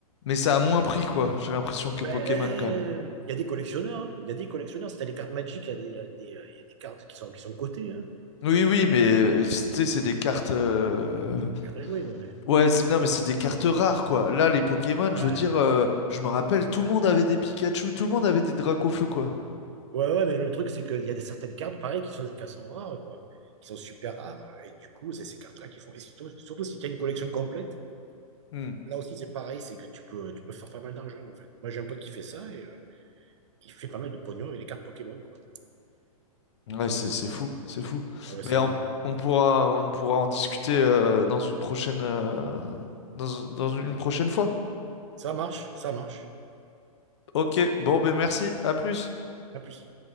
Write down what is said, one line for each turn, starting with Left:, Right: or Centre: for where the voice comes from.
Left: Mais ça a moins pris, quoi, j'ai l'impression que
Right: Ben,
Left: Pokémon,
Right: euh,
Left: quand même.
Right: Il y a des collectionneurs, hein, il y a des collectionneurs. Si t'as les cartes Magic, il y a des, il y a des, euh, il y a des cartes qui sont, qui sont cotées, hein.
Left: Oui, oui, mais euh, tu sais, c'est des cartes. euh,
Right: Cartes à jouer, ouais. Ouais,
Left: Ouais, c'est- non, mais c'est des cartes rares, quoi. Là, les Pokémon,
Right: Ouais.
Left: je veux dire, euh, je me rappelle, tout le monde avait des Pikachu, tout le monde avait des Dracofeu, quoi.
Right: Ouais, ouais, mais le truc, c'est qu'il y a des- certaines cartes, pareil, qui sont des cartes sont rares, quoi. Qui sont super rares. Et du coup, c'est ces cartes-là qui font. et surtout, surtout si tu as une collection complète,
Left: Hmm.
Right: là aussi, c'est pareil, c'est que tu peux, tu peux faire pas mal d'argent, en fait. Moi, j'ai un pote qui fait ça et euh, il fait pas mal de pognon avec les cartes Pokémon, quoi.
Left: Ouais, c'est c'est fou, c'est fou.
Right: Ah ouais,
Left: Mais
Right: c'est
Left: on,
Right: énorme.
Left: on pourra, on pourra en discuter euh, dans une prochaine, euh, dans, dans une prochaine fois.
Right: Ça marche, ça marche.
Left: Ok, bon, ben merci, à plus.
Right: À plus.